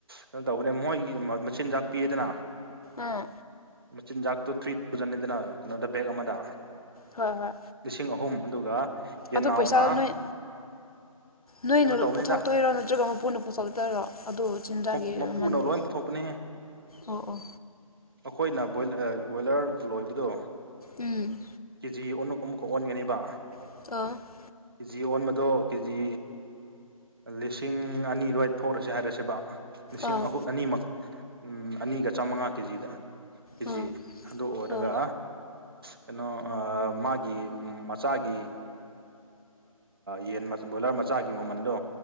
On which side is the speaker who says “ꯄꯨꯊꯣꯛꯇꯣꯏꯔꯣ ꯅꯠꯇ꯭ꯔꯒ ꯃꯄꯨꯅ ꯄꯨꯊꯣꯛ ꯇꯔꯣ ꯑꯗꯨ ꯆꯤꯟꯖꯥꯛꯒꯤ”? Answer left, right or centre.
Left